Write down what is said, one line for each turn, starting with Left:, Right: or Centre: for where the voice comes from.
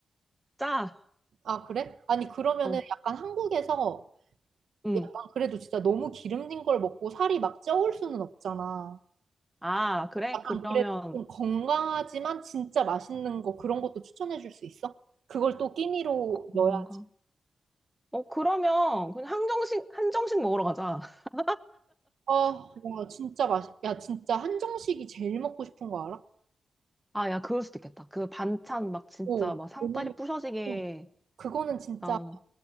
Centre: <laughs> 짜.
Right: 아, 그래? 아니, 그러면은
Centre: 어.
Right: 약간 한국에서
Centre: 응.
Right: 약간 그래도 진짜 너무 기름진 걸 먹고 살이 막 쪄올 수는 없잖아.
Centre: 아, 그래?
Right: 약간
Centre: 그러면
Right: 그래도 좀 건강하지만 진짜 맛있는 거 그런 것도 추천해 줄 수 있어? 그걸 또 끼니로
Centre: 건강.
Right: 넣어야지.
Centre: 어, 그러면 그냥 한정식 한정식 먹으러 가자. <laughs>
Right: 아, 야, 진짜 맛있, 야, 진짜 한정식이 제일 먹고 싶은 거 알아?
Centre: 아, 야, 그럴 수도 있겠다. 그 반찬 막 진짜
Right: 오,
Centre: 막 상다리
Right: 왜냐면
Centre: 부셔지게
Right: 또 그거는 진짜,
Centre: 나오는